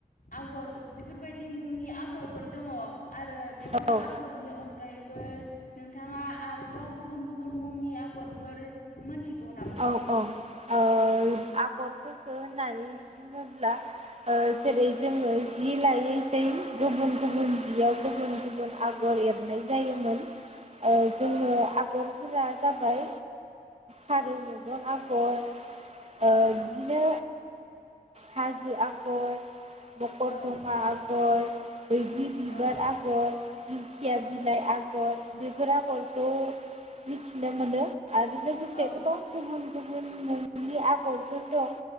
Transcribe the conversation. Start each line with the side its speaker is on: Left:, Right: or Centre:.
Left: आगर बेफोरबायदि मुंनि आगरफोर दङ। आरो बेफोर
Right: औ
Left: आगरनि अन गायैबो नों नोंथाङा आरोबाव गुबुन गुबुन मुंनि आगरफोर मोनथिगौन
Right: औ औ ओ आगरफोरखो होननानै बुङोब्ला, ओ जेरै जोङो जि लायै जै गुबुन गुबुन जियाव गुबुन गुबुन आगर एरनाय जायोमोन। ओ जोङो
Left: औ
Right: आगर फोरा जाबाय। फारौ मेगन आगर। ओ
Left: औ
Right: बिदिनो हाजो आगर मकरधमा
Left: औ
Right: आगर। बैग्रि बिबार
Left: औ
Right: आगर। दिंखिया बिलाइ आगर बे बेफोर आगरखौ मिथिनो मोनो आरो।
Left: औ
Right: सदब
Left: औ
Right: खह <unintelligible> गुबुन मनि आगरफोर दं